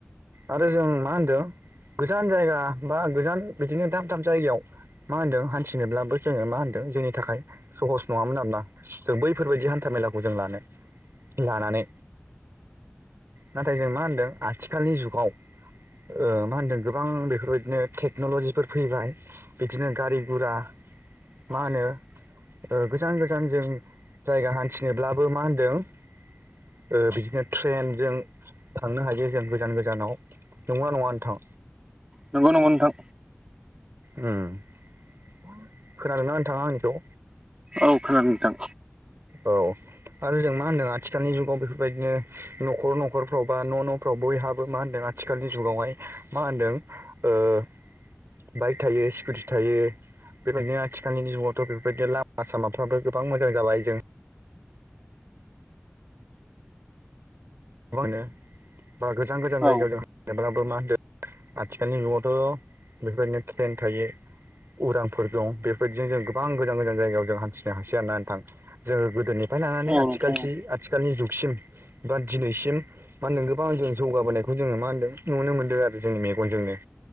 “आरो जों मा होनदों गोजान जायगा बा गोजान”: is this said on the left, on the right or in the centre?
Right